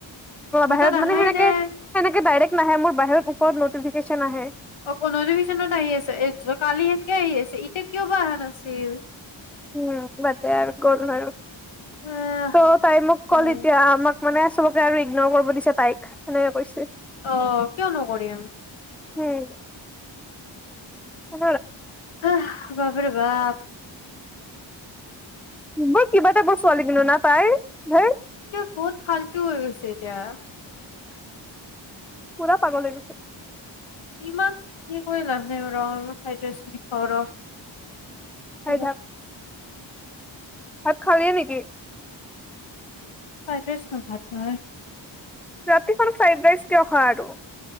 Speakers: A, on the left; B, in the centre.
A: মোৰ
B: বাহিৰত
A: তাত আহাই
B: মানে সেনেকে
A: নাই।
B: সেনেকে দাইৰেক নাহে মোৰ বাহিৰৰ ওপৰত নটিফিকেশচন আহে
A: অ কোধভিশনত আহি আছে এই কালি সেনকে আহি আছে এতিয়া কিয় বা অহা নাছিল
B: উম বোৰ গ'ল মাৰ ত'
A: আহ,
B: তাই মোক
A: হয়
B: কল এতিয়া আমাক মানে চবকে আৰু ইগন কৰিব দিছে তাইক সেনেকে কৈছে
A: অ কিয় নকৰিম
B: হম অ
A: আহ বাপৰে বাপ
B: বোৰ কিবা এটা বৰ ছোৱালী কিনু ন পাই হ
A: এ বহুত ফালতটো হৈ গৈছে এতিয়া
B: পূৰা পাগল হৈ গৈছে
A: ইমান সনেকৈ লাভ নাই ৰ ইমান ফ্ৰাইড ৰাইচ খিনি খাওঁ ৰ স
B: খাই থাক ভাত খালিই নেকি
A: ফ্ৰাইৰাইচ খাম ভাত
B: ৰাতিখন ফ্ৰাইড ৰাইচ কিয় খ আৰু